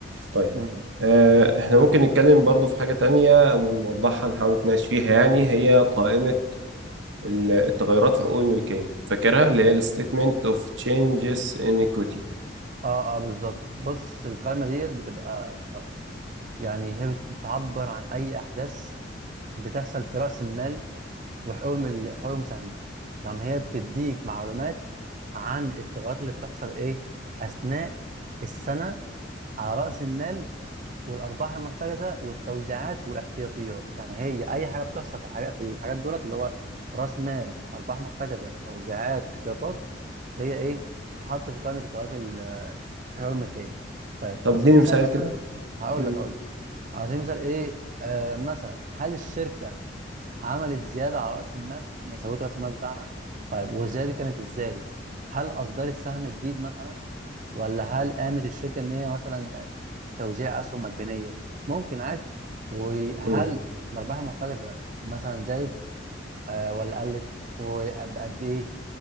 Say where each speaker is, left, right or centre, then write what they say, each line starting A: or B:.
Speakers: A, on the right; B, on the right.
A: طيب
B: مم.
A: آه احنا ممكن نتكلم برضو في حاجة تانية ونوضحها نحاول نتناقش فيها يعني هي قائمة ال- التغيرات في حقوق الملكية فاكرها اللي هي ال Statement of Changes in Equity
B: اه, آه بالظبط بص القائمه ديت بتبقى يعني هي بت- بتعبر عن اي احداث بتحصل في راس المال وحقوق ال- حقوق المساهمين تمام هي بتديك معلومات عن التغيرات اللي بتحصل ايه اثناء السنه على راس المال والارباح المحترزه والتوزيعات والاحتياطيات يعني هي اي حاجه بتحصل في الحاجات في الحاجات دولت اللي هو راس مال ارباح محترزه توزيعات احتياطات هي ايه تتحط في قائمه التوزيعات ال- في الحقوق الملكيه طيب
A: طب
B: على
A: اديني
B: سبيل المثال
A: مثال
B: مثلا
A: كده
B: هقول
A: مم.
B: لك اقول لك على سبيل المثال ايه آه مثلا هل الشركه عملت زياده على راس المال يعني زودت راس المال بتاعها طيب والزياده دي كانت ازاي هل اصدرت سهم جديد مثلا ولا هل قامت الشركة إن هي مثلا يعني توزيع أسهم مجانية؟ ممكن عادي وهل
A: مم.
B: الأرباح المحتجزة مثلا زادت آه ولا قلت وبقد إيه؟